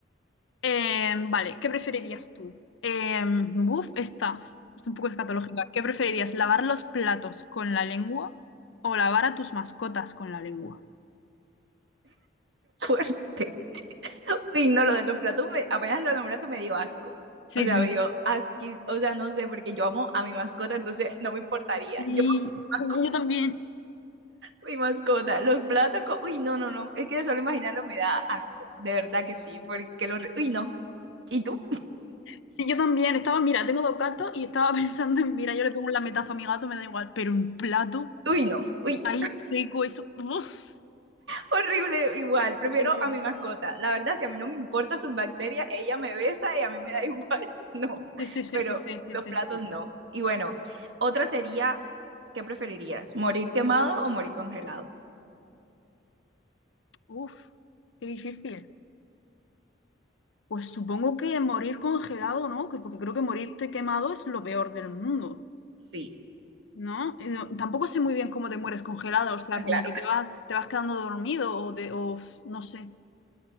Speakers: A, on the left (about 85°); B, on the right (about 70°).
A: Eh, vale, ¿qué preferirías tú? Eh, buf, esta es un poco escatológica. ¿Qué preferirías, lavar los platos con la lengua o lavar a tus mascotas con la lengua?
B: <laughs> <laughs> Uy, no, lo de los platos, me- apenas lo nombraste me dio asco.
A: Sí,
B: O sea,
A: sí.
B: me dio asquis, o sea, no sé, porque yo amo a mi mascota, entonces no me importaría.
A: Sí,
B: Yo amo
A: yo también.
B: a mi mascota, los platos, co- uy, no, no, no, es que de solo imaginarlo me da asco, de verdad que sí, porque los, re- uy, no, ¿y tú?
A: Sí, yo también. Estaba, mira, tengo dos gatos y estaba <laughs> pensando en, mira, yo le pongo un lametazo a mi gato, me da igual, pero un plato
B: Uy, no, uy.
A: ahí seco, eso. uf,
B: horrible igual. Prefiero
A: no,
B: a
A: no,
B: mi mascota.
A: no.
B: La verdad, si a mí no me importa sus bacterias, ella me besa y a mí me da igual. <laughs> No,
A: Sí, sí, sí,
B: pero
A: sí, sí, sí,
B: los
A: sí,
B: platos
A: sí.
B: no. Y bueno, otra sería, ¿qué preferirías? ¿Morir quemado o morir congelado?
A: Uf, qué difícil. Pues supongo que morir congelado, ¿no? Que- Porque creo que morirte quemado es lo peor del mundo,
B: Sí,
A: ¿no? Y no- Tampoco sé muy bien cómo te mueres congelado, o sea, como
B: claro.
A: que te vas, te vas quedando dormido o, te- o f- no sé.